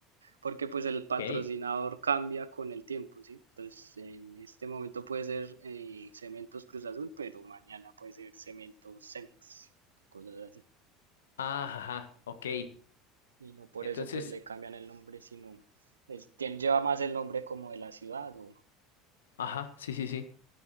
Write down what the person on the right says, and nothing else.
porque pues el patrocinador
cambia con el tiempo, ¿sí? Entonces, en este momento puede ser eh, Cementos Cruz Azul, pero mañana puede ser Cementos Cemex, cosas así.
Y no por
eso pues le cambian el nombre, sino es, tien- lleva más el nombre como de la ciudad o